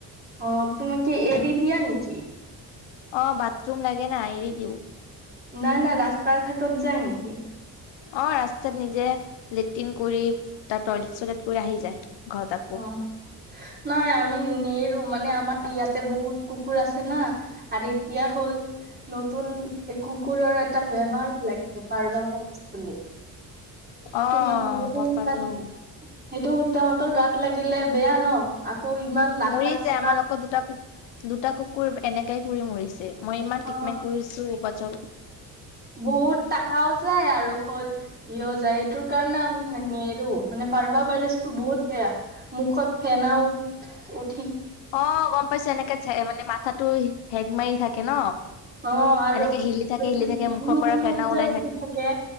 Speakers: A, on the right (about 20°); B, on the left (about 75°).
A: অ তুমাক কি এই দি দিয়া নেকি
B: অ বাথৰুম লাগে না এৰি দিওঁ
A: নাই নাই ৰাস্তা ঘাাটত যায় নেকি
B: অ ৰাস্তাত নিজে লেট্ৰিন কৰি তাৰ টয়লেট চয়লেট কৰি আহি যায় ঘৰত আকৌ
A: অ নাই আমি নৰো মানে আমাৰ ইয়াতে বহুত কুকুৰ আছে না আৰু এতিয়া হ'ল নতুন কুকুৰৰ এটা বেমাৰো লাগে কাৰ্বা ভাইৰাছ বুলি
B: অ
A: ত মানে সটোত
B: গম পালো।
A: সেইটো তাহতৰ গাত গাত লাগিলে বেয়া ন আকৌ ইমান লাখ
B: মৰি
A: লাখ
B: যায়
A: টকা
B: আমাৰ আকৌ দুটা কুকুৰ- দুটা কুকুৰ এনেকে কৰি মৰিছে। মই ইমান
A: অ
B: ট্ৰিটমেণ্ট কৰিছো, চল।
A: বহুত টকাও যায় আৰু ফল সিও যায় সেইটোৰ কাৰণে আমি নেৰো মানে পাৰা ভাইৰাছ টো বহুত বেয়া মুখত ফেনা উঠ উঠ
B: অ গম পাইছো এনেকে মানে মাথাটো হেগ মাৰি থাকে ন
A: অ আৰু
B: এনেকে হিলি থাকে
A: ব
B: হিলি
A: নোম
B: থাকে মুখৰ পৰা ফেনা
A: নোম
B: ওলাই
A: যে উঠি থাকে